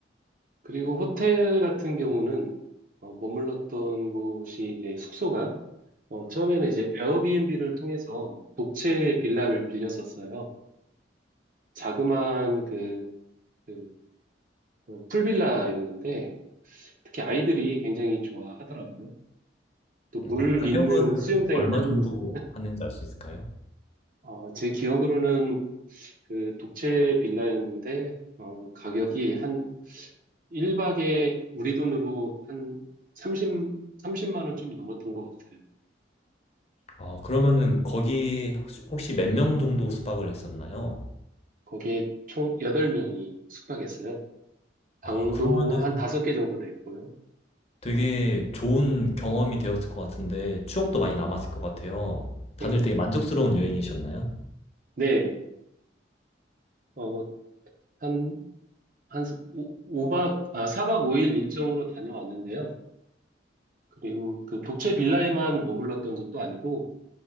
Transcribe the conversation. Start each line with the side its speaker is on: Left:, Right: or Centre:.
Right: 그리고 호텔 같은 경우는 어, 머물렀던 곳이 이제 숙소가 어, 처음에는 이제 에어비앤비를 통해서 독채 빌라를 빌렸었어요. 자그마한 그, 그 어, 풀빌라였는데 특히 아이들이 굉장히 좋아하더라고요. 또 물
Left: 어, 가격은
Right: 있는 수영장이
Left: 얼마
Right: 딸린
Left: 정도
Right: 곳은
Left: 하는지 알 수 있을까요?
Right: 어, 제 기억으로는 그 독채 빌라였는데 어, 가격이 한 1박에 우리 돈으로 한 30, 30만 원 좀 넘었던 것 같아요.
Left: 아, 그러면은 거기 혹시 몇 명 정도 숙박을 했었나요?
Right: 거기에 총 8명이 숙박했어요. 방도
Left: 아 그러면은
Right: 한 5개 정도 됐고요.
Left: 되게 좋은 경험이 되었을 것 같은데 추억도 많이 남았을 것 같아요.
Right: 네.
Left: 다들 되게 만족스러운 여행이셨나요?
Right: 네. 어, 한, 한 오 박 아, 4박 5일 일정으로 다녀왔는데요. 그리고 그 독채 빌라에만 머물렀던 것도 아니고